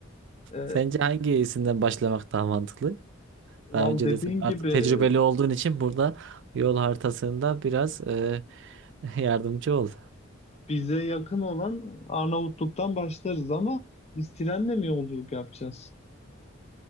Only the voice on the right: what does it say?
Sence hangisinden başlamak daha mantıklı?
Daha önce
de sen artık
tecrübeli olduğun için burada yol haritasında biraz e, <laughs> yardımcı ol.